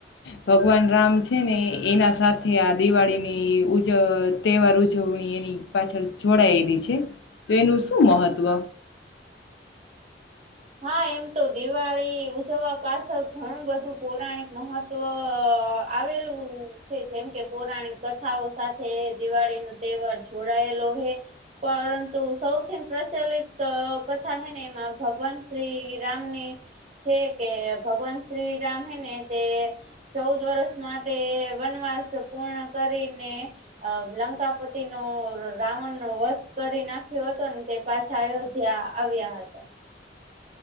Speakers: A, on the left; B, on the right.
A: ભગવાન રામ છે ને એના સાથે આ દિવાળીની ઉજવ તહેવાર ઉજવણી એની પાછળ જોડાયેલી છે તો એનું શું મહત્વ.
B: હા એમ તો દિવાળી ઉજવવા પાછળ ઘણું બધું પૌરાણિક મહત્વ આવેલું છે જેમ કે પૌરાણિક કથાઓ સાથે દિવાળી ન તહેવાર જોડાયેલો હ પરંતુ સૌથી પ્રચલિત કથા હે ને એમાં ભગવાન. શ્રી રામની છે કે ભગવાન શ્રી રામ હેને તે ચૌદ વર્ષ માટે વનવાસ પૂર્ણ કરીને લંકાપતિ નો રાવણ નો વધ કરી નાખ્યો હતો તે પાછા અયોધ્યા આવ્યા હતા.